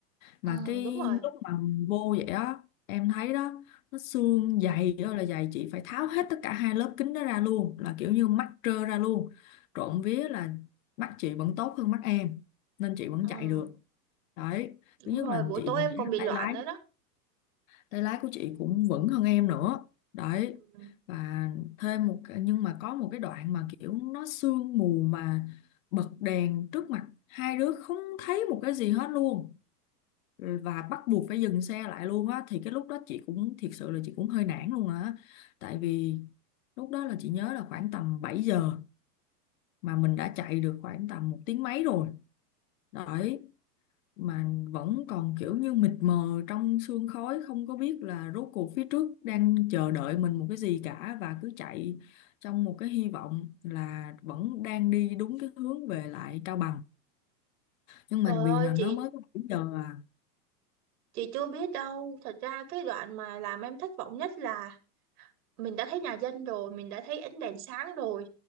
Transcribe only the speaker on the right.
ừ
đúng rồi
ừ
đúng
rồi
buổi
tối
em còn
bị
loạn
nữa đó
ừ.
trời
ơi
chị
chị chưa biết đâu thật ra cái đoạn mà làm em thất vọng nhất là mình đã thấy nhà dân rồi mình đã thấy ánh đèn sáng rồi